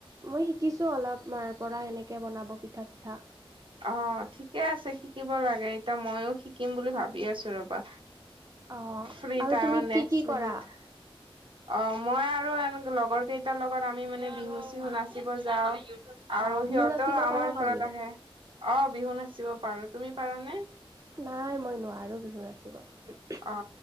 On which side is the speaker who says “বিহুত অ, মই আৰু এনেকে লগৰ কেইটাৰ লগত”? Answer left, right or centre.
Right